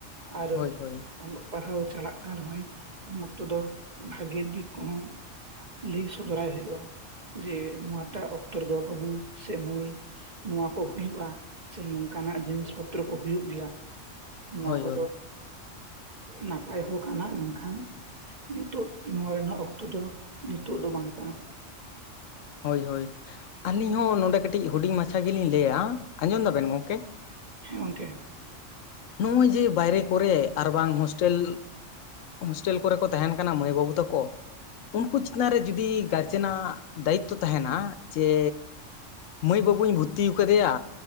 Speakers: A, on the right (about 35°); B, on the left (about 85°).
A: ᱟᱨᱼᱼ
B: ᱦᱳᱭ ᱦᱳᱭ
A: ᱚᱞᱚᱜ ᱯᱟᱲᱦᱟᱣ ᱪᱟᱞᱟᱜ ᱠᱟᱱ ᱨᱮᱦᱚᱸ ᱩᱱ ᱚᱠᱛᱚ ᱫᱚ ᱵᱷᱟᱜᱮ ᱫᱤᱠ ᱠᱚᱦᱚᱸ ᱞᱟᱹᱭ ᱥᱚᱫᱚᱨᱟᱭ ᱦᱩᱭᱩᱜᱼᱟ ᱡᱮ ᱱᱚᱣᱟᱴᱟᱜ ᱚᱠᱛᱚ ᱨᱮᱫᱚ ᱵᱟᱹᱵᱩ ᱥᱮ ᱢᱟᱹᱭ ᱱᱚᱣᱟ ᱠᱚ ᱦᱩᱭᱩᱜᱼᱟ ᱥᱮ ᱱᱚᱝᱠᱟᱱᱟᱜ ᱡᱤᱱᱤᱥ ᱯᱚᱛᱨᱚ ᱠᱚ ᱦᱩᱭᱩᱜ ᱜᱮᱭᱟ, ᱱᱚᱣᱟ
B: ᱦᱳᱭ
A: ᱠᱚᱫᱚ
B: ᱦᱳᱭ
A: ᱱᱟᱯᱟᱭ ᱦᱚᱸ ᱠᱟᱱᱟ ᱢᱮᱱᱠᱷᱟᱱ, ᱱᱤᱛᱚᱜ ᱱᱚᱣᱟ ᱨᱮᱱᱟᱜ ᱚᱠᱛᱚ ᱫᱚ ᱱᱤᱛᱚᱜ ᱫᱚ ᱵᱟᱝ ᱠᱟᱱᱟ᱾
B: ᱦᱳᱭ ᱦᱳᱭ ᱟᱹᱞᱤᱧ ᱦᱚᱸ ᱱᱚᱰᱮ ᱠᱟᱹᱴᱤᱡ ᱦᱩᱰᱤᱧ ᱢᱟᱪᱷᱟ ᱜᱮᱞᱤᱧ ᱞᱟᱹᱭᱟ ᱟᱸᱡᱚᱢ ᱫᱟᱵᱮᱱ ᱜᱚᱢᱠᱮ?
A: ᱦᱮᱸ ᱜᱚᱝᱠᱮ
B: ᱱᱚᱜᱼᱚᱭ ᱡᱮ ᱵᱟᱭᱨᱮ ᱠᱚᱨᱮ ᱟᱨ ᱵᱟᱝ ᱦᱳᱥᱴᱮᱞ ᱦᱳᱥᱴᱮᱞ ᱠᱚᱨᱮ ᱠᱚ ᱛᱟᱦᱮᱱ ᱠᱟᱱᱟ ᱢᱟᱹᱭ ᱵᱟᱹᱵᱩ ᱛᱟᱠᱚ, ᱩᱱᱠᱩ ᱪᱮᱛᱟᱱ ᱨᱮ ᱡᱩᱫᱤ ᱜᱟᱨᱡᱮᱱᱟᱜ ᱫᱟᱭᱤᱛᱛᱚ ᱛᱟᱦᱮᱱᱟ ᱡᱮ ᱢᱟᱹᱭ ᱵᱟᱹᱵᱩᱧ ᱵᱷᱩᱨᱛᱤ ᱟᱠᱟᱣᱫᱮᱭᱟᱼᱼ